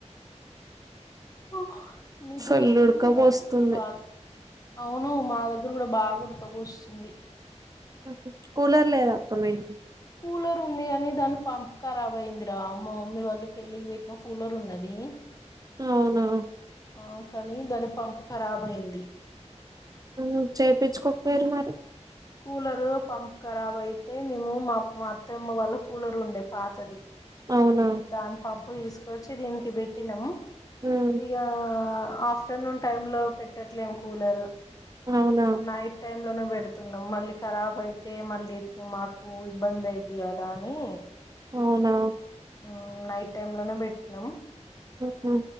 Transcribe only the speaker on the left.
ఓహ నిద్ర
వస్తుంది
నాకు బాగా అవును మా దగ్గర కూడా బాగా ఉడుకబోస్తుంది
కూలర్ ఉంది కాని దాని పంప్ ఖరాబ్ అయ్యిందిరా మా మమ్మీ వాళ్ళు పెళ్ళికి పెట్టిన కూలర్ ఉన్నది
ఆ కానీ దాని పంప్ ఖరాబ్ అయ్యింది
కూలరు పంప్ ఖరాబ్ ఐతే మేము మా మా ఆత్తమ్మ వాళ్ళ కూలరుండే పాతది
దాని పం పున్ తీసుకొచ్చి దీనికి పెట్టినం
ఇగా ఆఫ్టర్నూన్ టైం లో పెట్టట్లేము కూలరు
నైట్ టైం లోనో తున్నం మళ్ళీ కరాబ్ అయితే మళ్ళీ మాకు ఇబ్బంది అయిద్ది కదా అని
ఊ నైట్ టైం లోనే పెట్నం